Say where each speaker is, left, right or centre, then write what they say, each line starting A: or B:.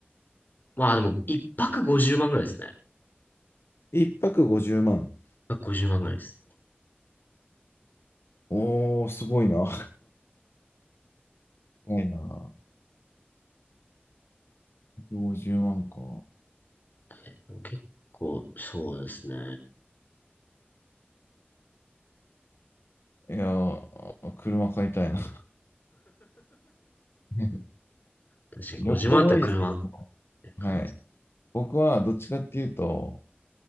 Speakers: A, on the left; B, on the left.
A: う。まあでも、一泊50万ぐらいですね。
B: い。1泊50万。
A: 一泊50万ぐらいです。
B: おー、すごいな。高いな。50万か。
A: でも結構、そうですね。
B: いやー、車買いたいな。<laughs>
A: 確かに5時万あったら車
B: 旅行もいいですけど。
A: 買います。
B: はい。僕はどっちかっていうと、